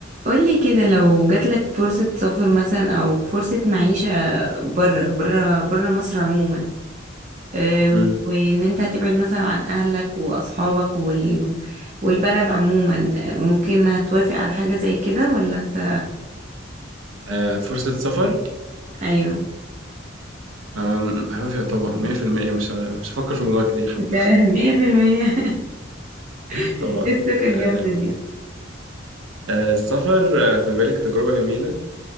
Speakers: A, on the right; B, on the right.
A: قولي كده لو جاتلك فرصة سفر مثلا أو فرصة معيشة برا برا برا مصر عموما آه،
B: مم.
A: وإن أنت هتبعد مثلا عن أهلك وأصحابك وال... والبلد عموما آه، ممكن هتوافق على حاجة زي كده ولا أنت
B: آه فرصة سفر
A: أيوه
B: آم، هوافق طبعا 100% مش مش هفكر في الموضوع كتير حتى
A: ده مية في المية
B: <laughs>
A: <laughs>
B: طبعا
A: السكة الجامدة
B: آم،
A: دي
B: آه السفر آه، خد بالك تجربة جميلة